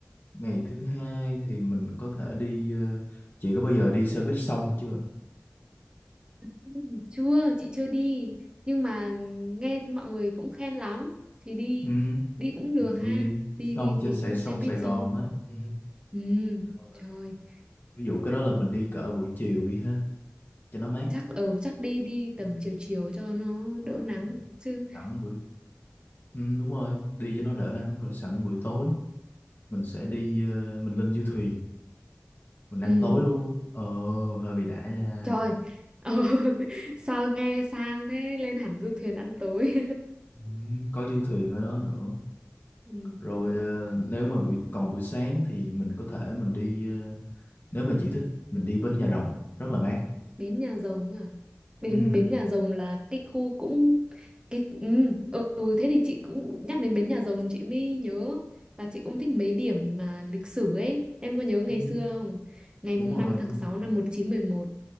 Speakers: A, on the left; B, on the right.
A: Ngày thứ hai thì mình có thể đi ờ, chị có bao giờ đi xe buýt sông chưa?
B: Ừ, chưa, chị chưa đi. Nhưng mà nghe mọi người cũng khen lắm. Thì đi,
A: Ừ,
B: đi cũng được
A: mình
B: ha.
A: đi buýt
B: Đi
A: sông
B: đi
A: trên
B: cái
A: Sài sông
B: xe buýt
A: Sài Gòn
B: xong.
A: á. Ừ.
B: Ừ,
A: Rồi,
B: trời.
A: ví dụ cái đó là mình đi cỡ buổi chiều đi ha, cho nó mát.
B: Chắc ở chắc đi đi
A: Ừ.
B: tầm chiều chiều cho nó
A: Rồi,
B: đỡ nắng chứ.
A: sẵn buổi ừ, đúng rồi, đi cho nó đỡ nắng rồi sẵn buổi tối mình sẽ đi ờ, mình lên du thuyền, mình ăn
B: Ừ.
A: tối luôn. Ờ hơi bị đã nha.
B: Trời, ừ. <laughs> Sao nghe sang thế lên hẳn du thuyền ăn tối.
A: Ừ, có du thuyền ở đó nữa.
B: <laughs> ừ.
A: Rồi ờ, nếu mà buổi còn buổi sáng thì mình có thể mình đi ờ, nếu mà chị thích mình đi bến Nhà Rồng rất là mát
B: Bến Nhà Rồng à? Bến
A: Ừ,
B: Bến Nhà Rồng là cái khu cũng cái ừ. ừ ừ, thế thì chị cũng nhắc đến Bến Nhà Rồng chị mới nhớ là chị cũng thích mấy điểm mà lịch sử ấy. Em có nhớ ngày
A: ừ,
B: xưa không? Ngày
A: đúng
B: mùng
A: rồi
B: 5
A: đúng
B: tháng 6
A: rồi
B: năm 1911